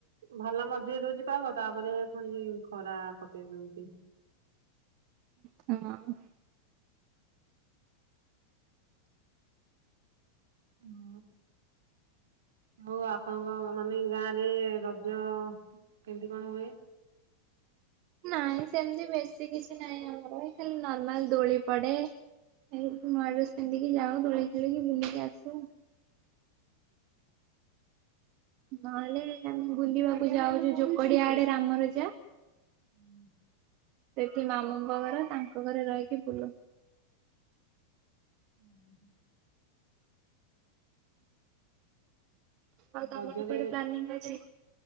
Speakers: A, on the right (about 60°); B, on the right (about 40°).
A: ଭଲ ମଝିରେ ଦଉଛି ପାଗ ତାପରେ ପୁଣି ଖରା ପା ସେ ଯୋଉଠି।
B: ହୁଁ ହଁ।
A: ହଁ। ଆଉ ଆପଣଙ୍କ ମାନେ ଗାଁ ରେ ରଜ କେମିତି କଣ ହୁଏ।
B: ନାଇଁ ସେମିତି ବେଶୀ କିଛି ନହିଁ ଆମର ଖାଲି ନର୍ମାଲ ଦୋଳି ପଡେ। ଏମତି ନୂଆ ଡ୍ରେସ ପିନ୍ଧିକି ଯାଉ ଦୋଳି ଖେଳିକି ବୁଲିକି ଆସୁ। ନହେଲେ ଆମେ ବୁଲିବାକୁ ଯାଉ ଯୋଉ ଯୋକଡିଆ ଆଡେ ରାମରଜା।
A: ହୁଁ।
B: ସେଠି ମାମୁଁଙ୍କ ଘର ତାଙ୍କ ଘରେ ରହିକି ବୁଲୁ।
A: ଉଁ ହୁଁ।
B: ଆଉ ତମର
A: ରଜରେ
B: କଆଡେ ପ୍ଲାନିଂ ଅଛି।